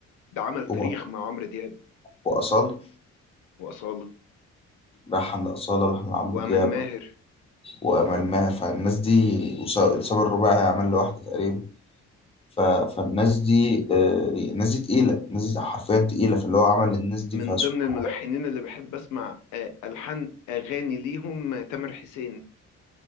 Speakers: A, on the left; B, on the left.
A: ده عمل تاريخ
B: هو
A: مع عمرو دياب
B: واصال
A: وأصالة
B: لحن لاصاله لحن لعمرو
A: وأمال
B: دياب
A: ماهر
B: وامال ماهر فالناس دي وس- الصبر الرباعي عمل له واحده تقريبا ف... فالناس دي آه، الناس دي تقيله الناس دي حرفيا تقيله في اللي هو عمل للناس دي
A: من
B: فسبحان
A: ضمن الملحنين اللي بحب أسمع آه، ألحان أغاني ليهم آه، تامر حسين